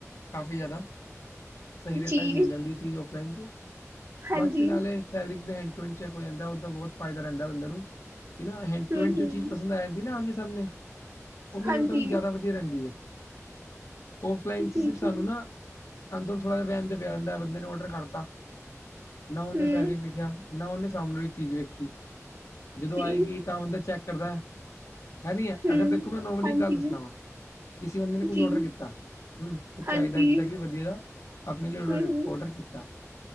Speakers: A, on the left; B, on the right.
A: ਕਾਫੀ ਜ਼ਿਆਦਾ। ਸਹੀ ਰੇਟਾਂ
B: ਜੀ,
A: ਵਿੱਚ ਮਿਲ ਜਾਂਦੀ ਚੀਜ਼ ਔਫਲਾਈਨ 'ਚ।
B: ਹਾਂਜੀ,
A: ਬਾਕੀ ਨਾਲੇ ਫੈਬਰਿਕ ਵੀਂਡ ਟੂ ਚੈੱਕ ਹੋ ਜਾਂਦਾ, ਉਸਦਾ ਬਹੁਤ ਫ਼ਾਇਦਾ ਰਹਿੰਦਾ ਬੰਦੇ ਨੂੰ। ਕਿਨਾ ਹੈਂਡ
B: ਹੂੰ,
A: ਟੂ ਹੈਂਡ
B: ਹੂੰ,
A: ਜੋ ਚੀਜ਼ ਪਸਦ ਆ ਜਾਂਦੀ ਨਾ ਆਮਣੇ ਸਮਣੇ। ਉਹ ਮੇਰੇ
B: ਹਾਂਜੀ,
A: ਮੁਤਾਬਿਕ ਜ਼ਿਆਦਾ ਵਧੀਆ ਰਹਿੰਦੀ ਹੈ। ਓਫਲਾਈਨ
B: ਜੀ,
A: ਚ ਸਿਰਫ
B: ਜੀ,
A: ਸਾਨੂੰ ਨਾ, ਅੰਦਰੋਂ ਥੋੜਾ ਜ ਵਹਿਮ ਜਿਹਾ ਪਿਆ ਰਹਦਾ ਬੰਦੇ ਨੇ ਔਡਰ ਵੀ ਕਰਤਾ। ਨਾ ਉਹਨੇ
B: ਹੂੰ,
A: ਫੈਬਰਿਕ ਵੇਖਿਆ, ਨਾ ਉਹਨੇ ਸਾਮਨੇ ਚੀਜ਼ ਵੇਖੀ। ਜਦੋਂ
B: ਜੀ,
A: ਆਏਗੀ ਤਾਂ ਬੰਦਾ ਚੈੱਕ ਕਰਦਾ ਹੈ ਨੀ ਹੈ
B: ਹੂੰ,
A: ਅਗਰ ਦੇਖੋ ਮੈਂ ਨੌਰਮਲੀ
B: ਹਾਂਜੀ,
A: ਈ ਗੱਲ ਦੱਸਣਾ ਵਾ। ਕਿਸੀ ਬੰਦੇ ਨੇ ਕੁਛ
B: ਜੀ,
A: ਔਡਰ ਕੀਤਾ। ਹੂੰ ਕੁਛ ਚਾਹੀਦਾ
B: ਹਾਂਜੀ,
A: ਜਿੱਦਾਂ ਕਿ ਵਧੀਆ ਦਾ, ਆਪਣੇ ਲਈ ਔਡਰ-ਔਡਰ
B: ਹੂੰ, ਹੂੰ,
A: ਕੀਤਾ।